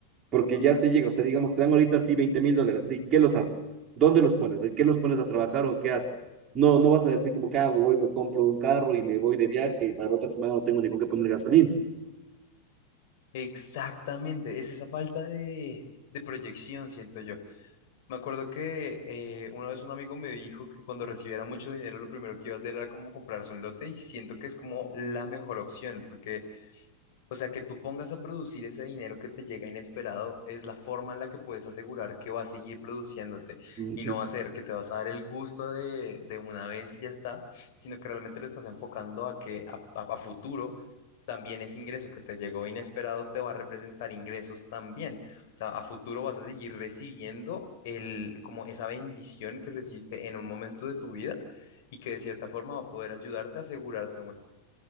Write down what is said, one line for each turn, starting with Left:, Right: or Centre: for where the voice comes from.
Right: porque ya te llega, o sea, digamos, te dan ahorita sí veinte mil dólares, así, ¿qué los haces? ¿Dónde los pones? ¿En qué los pones a trabajar o qué haces? No, no vas a decir como que hago, voy, me compro un carro y me voy de viaje y para la otra semana no tengo ni con qué poner gasolina.
Left: Exactamente, es esa falta de, de proyección, siento yo. Me acuerdo que eh, una vez un amigo me dijo que cuando recibiera mucho dinero lo primero que iba a hacer era como comprarse un lote y siento que es como la mejor opción porque o sea, que tú pongas a producir ese dinero que te llega inesperado es la forma en la que puedes asegurar que va a seguir produciéndote
Right: Ujú.
Left: y no va a ser que te vas a dar el gusto de, de una vez y ya está, sino que realmente lo estás enfocando a que a, a- a futuro también ese ingreso que te llegó inesperado te va a representar ingresos también. O sea, a futuro vas a seguir recibiendo el, como esa bendición que recibiste en un momento de tu vida y que de cierta forma va a poder ayudarte a asegurarte